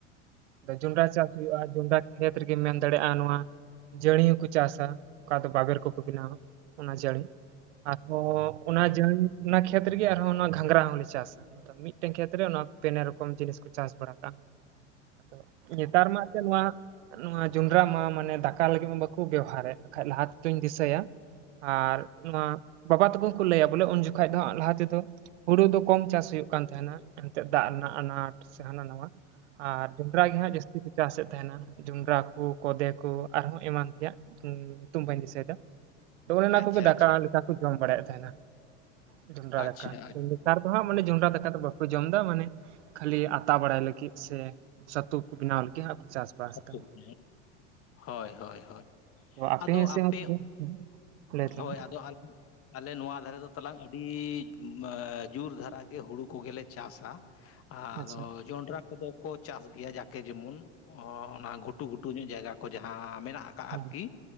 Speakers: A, on the right; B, on the left.
A: ᱡᱚᱸᱰᱨᱟ ᱪᱟᱥ ᱦᱳᱭᱳᱜᱼᱟ ᱡᱚᱸᱰᱨᱟ ᱠᱷᱮᱛ ᱨᱮᱜᱮᱢ ᱢᱮᱱ ᱫᱟᱲᱮᱭᱟᱜᱼᱟ ᱱᱚᱣᱟ ᱡᱟᱹᱲᱤ ᱦᱚᱸᱠᱚ ᱪᱟᱥᱟ ᱚᱠᱟ ᱫᱚ ᱵᱟᱵᱮᱨ ᱠᱚᱠᱚ ᱵᱮᱱᱟᱣᱟ ᱚᱱᱟ ᱡᱟᱹᱲᱤ᱾ ᱟᱨᱦᱚᱸ ᱚᱱᱟ ᱡᱟᱹᱲᱤ ᱚᱱᱟ ᱠᱷᱮᱛ ᱨᱮᱜᱮ ᱟᱨᱦᱚᱸ ᱚᱱᱟ ᱜᱷᱟᱸᱝᱨᱟ ᱦᱚᱸᱞᱮ ᱪᱟᱥᱟ᱾ ᱢᱤᱫᱴᱮᱱ ᱠᱷᱮᱛᱨᱮ ᱚᱱᱟ ᱯᱮᱱᱮ ᱨᱚᱠᱚᱢ ᱡᱤᱱᱤᱥ ᱠᱚ ᱪᱟᱥ ᱵᱟᱲᱟ ᱠᱟᱜᱼᱟ᱾ ᱟᱫᱚ ᱱᱮᱛᱟᱨ ᱢᱟ ᱮᱱᱛᱮᱫ ᱱᱚᱣᱟ ᱱᱚᱣᱟ ᱡᱚᱸᱰᱨᱟ ᱢᱟ ᱢᱟᱱᱮ ᱫᱟᱠᱟ ᱞᱟᱹᱜᱤᱫ ᱢᱟ ᱵᱟᱠᱚ ᱵᱮᱣᱦᱟᱨᱮᱫ ᱵᱟᱠᱷᱟᱡ ᱞᱟᱦᱟ ᱛᱮᱫᱚᱧ ᱫᱤᱥᱟᱹᱭᱟ ᱟᱨ ᱱᱚᱣᱟ ᱵᱟᱵᱟ ᱛᱟᱠᱚ ᱠᱚ ᱞᱟᱹᱭᱟ, ᱵᱚᱞᱮ ᱩᱱ ᱡᱚᱠᱷᱟᱡ ᱫᱚ ᱞᱟᱦᱟ ᱛᱮᱫᱚ᱾ ᱦᱩᱲᱩ ᱫᱚ ᱠᱚᱢ ᱪᱟᱥ ᱦᱩᱭᱩᱜ ᱠᱟᱱ ᱛᱟᱦᱮᱱᱟ᱾ ᱮᱱᱛᱮᱜ ᱫᱟᱜ ᱨᱮᱱᱟᱜ ᱟᱱᱟᱴ ᱥᱮ ᱦᱟᱱᱟ ᱱᱟᱣᱟ᱾ ᱟᱨ ᱡᱚᱸᱰᱨᱟ ᱜᱮ ᱦᱟᱸᱜ ᱡᱟᱹᱥᱛᱤ ᱠᱚ ᱪᱟᱥᱮᱫ ᱛᱟᱦᱮᱱᱟ ᱡᱚᱸᱰᱨᱟ ᱠᱚ ᱠᱚᱫᱮ ᱠᱚ ᱟᱨᱦᱚᱸ ᱮᱢᱟᱱ ᱛᱮᱭᱟᱜ᱾ ᱧᱩᱛᱩᱢ ᱵᱟᱹᱧ ᱫᱤᱥᱟᱹᱭᱮᱫᱟ ᱟ ᱚᱱᱮ ᱚᱱᱟ
B: ᱟᱪᱪᱷᱟ,
A: ᱠᱚᱜᱮ ᱫᱟᱠᱟ᱾
B: ᱟᱪᱪᱷᱟ,
A: ᱞᱮᱠᱟ ᱠᱚ ᱡᱚᱢ ᱵᱟᱲᱟᱭᱮᱫ ᱛᱟᱦᱮᱱᱟ᱾ ᱡᱚᱸᱰᱨᱟ
B: ᱟᱪᱪᱷᱟ,
A: ᱫᱟᱠᱟ ᱱᱮᱛᱟᱨ ᱫᱚ ᱦᱟᱸᱜ ᱢᱟᱱᱮ ᱡᱚᱸᱰᱨᱟ ᱫᱟᱠᱟ ᱫᱚ ᱵᱟ ᱠᱚ ᱡᱚᱢ ᱫᱟ ᱢᱟᱱᱮ ᱠᱷᱟᱹᱞᱤ ᱟᱛᱟ ᱵᱟᱲᱟᱭ ᱞᱟᱹᱜᱤᱫ, ᱥᱮ ᱪᱷᱟᱹᱛᱩ ᱠᱚ ᱵᱮᱱᱟᱣ ᱞᱟᱹᱜᱤᱫ ᱪᱟᱥᱵᱟᱥ
B: ᱟᱪᱪᱷᱟ,
A: ᱫᱟ
B: ᱴᱷᱤᱠ ᱜᱮᱭᱟ. ᱦᱳᱭ ᱦᱳᱭ ᱦᱳᱭ
A: ᱛᱚ
B: ᱟᱫᱚ ᱟᱯᱮ
A: ᱥᱮᱫ ᱦᱚᱸ ᱛᱚᱵᱮ ᱞᱟᱹᱭ ᱛᱟᱞᱟᱝ
B: ᱦᱳᱭ ᱟᱫᱚ ᱟᱞᱮ ᱟᱞᱮ ᱱᱚᱣᱟ ᱫᱷᱟᱨᱮ ᱫᱚ ᱛᱟᱞᱟᱝ ᱟᱹᱰᱤ ᱡᱳᱨ ᱫᱷᱟᱨᱟᱜ ᱜᱮ ᱦᱩᱲᱩ ᱠᱚᱜᱮᱞᱮ ᱪᱟᱥᱟ᱾ ᱟᱫᱚ
A: ᱢᱮ ᱟᱪᱪᱷᱟ
B: ᱡᱚᱱᱰᱨᱟ ᱠᱚᱫᱚ ᱠᱚ ᱪᱟᱥ ᱜᱮᱭᱟ, ᱡᱟᱠᱮ ᱡᱮᱢᱚᱱ᱾ ᱚᱱᱟ ᱜᱷᱩᱴᱩ ᱜᱷᱩᱴᱩ ᱧᱚᱜ ᱡᱟᱭᱜᱟ ᱠᱚ, ᱡᱟᱦᱟᱸ ᱢᱮᱱᱟᱜ ᱟᱠᱟᱫ
A: ᱦᱮᱸ
B: ᱟᱨᱠᱤ